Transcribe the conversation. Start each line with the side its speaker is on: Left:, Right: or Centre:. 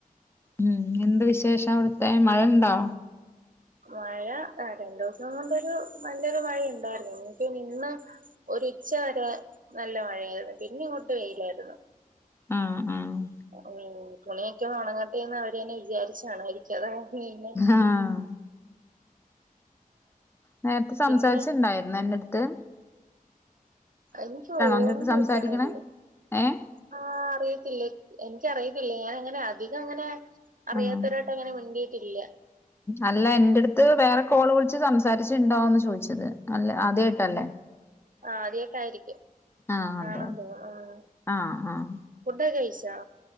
Left: ഉം എന്ത് വിശേഷം അവിട്ത്തെ മഴ ഉണ്ടോ?
Right: മഴ ആ രണ്ടുസം കൊണ്ടൊരു നല്ലൊരു മഴയുണ്ടായിരുന്നു. ഇനിപ്പ ഇന്ന് ഒരുച്ച വരെ നല്ല മഴയായിരുന്നു പിന്നെ ഇങ്ങോട്ട് വെയിലായിരുന്നു.
Left: ആഹ് ആഹ്
Right: ഉം തുണിയൊക്കെ ഒണങ്ങട്ടെന്ന് അവര ന്നെ വിചാരിച്ചാണു വാരി എൻതരാമീന്
Left: ആഹ് നേരത്തെ സംസാരിച്ച്ണ്ടായിരുന്നോ
Right: പിന്നെ
Left: എൻ്റട്ത്ത്?
Right: അത് ഇൻക്ക് ഓർമ്മ
Left: എന്റെടുത്ത് സംസാരിക്കണേ
Right: ഇരിക്കിട്ടണില്ല.
Left: ഏഹ്
Right: ആഹ് അറിയത്തില്ലേ എനിക്കറിയത്തില്ല ഞാനങ്ങനെ അധികം അങ്ങനെ അറിയാത്തൊരട്ട്
Left: ആഹ്
Right: അങ്ങനെ മിണ്ടിയിട്ടില്ലം
Left: അല്ല എന്റെട്ത്ത് വേറെ കോള് വിളിച്ച് സംസാരിച്ച് ണ്ടോന്ന് ചോയ്ച്ചത് അല്ല ആദ്യയ്ട്ടല്ലേ..
Right: ആഹ് ആദ്യയ്ട്ടായിരിക്കും
Left: ആഹ് അതെ
Right: ആണെന്ന്
Left: അതെ
Right: തോന്ന ഉം..
Left: ആഹ് ആഹ്
Right: ഫുഡ്ക്കെ കഴിച്ചോ